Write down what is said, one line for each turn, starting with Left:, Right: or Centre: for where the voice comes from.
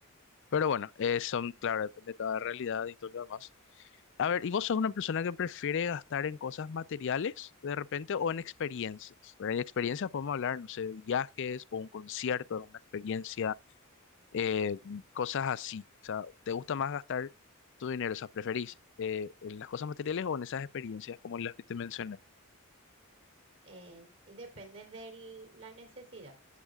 Left: Pero bueno, eh, son, claro, depende de cada realidad y todo lo demás. A ver, ¿y vos sos una persona que prefiere gastar en cosas materiales de repente o en experiencias? ¿verdad? En experiencias podemos hablar, no sé, de viajes o un concierto, una experiencia, eh, cosas así. O sea, ¿te gusta más gastar tu dinero? O sea, ¿preferís eh, en las cosas materiales o en esas experiencias como las que te mencioné?
Right: Eh, y depende de la necesidad.